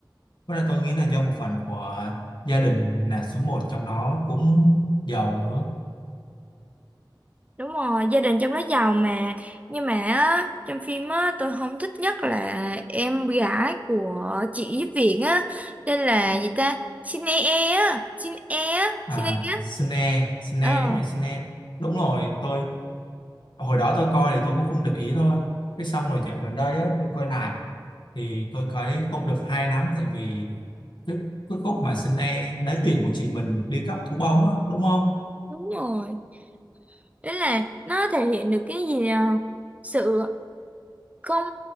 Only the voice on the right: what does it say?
Đúng rồi, gia đình trong đó giàu mà. Nhưng mà á, trong phim á, tôi không thích nhất là em gái của chị giúp việc á. Tên là gì ta? Xin e e á. Xin e á.
Xin e á.
Ờ,
đúng rồi. Đấy là nó thể hiện được cái gì à? Sự không,